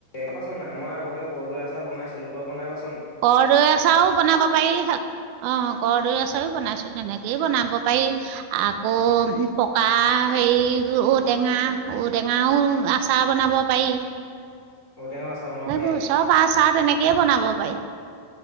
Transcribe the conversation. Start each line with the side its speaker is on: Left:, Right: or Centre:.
Left: পাইছ নাই, মই আগতে কৰ্দৈ আচাৰ বনাইছিলো। তই বনাই পা
Right: কৰ্দৈ আচাৰো বনাব পাৰি। অহ। কৰ্দৈ আচাৰো বনাইছোঁ তেনেকেই বনাব পাৰি। আকৌ পকা হেৰি ঔটেঙা, ঔটেঙাও আচাৰ বনাব পাৰি।
Left: ঔটেঙা আচাৰ বনাব পাৰি
Right: এইবোৰ
Left: নেকি?
Right: চব আচাৰ তেনেকৈ বনাব পাৰি।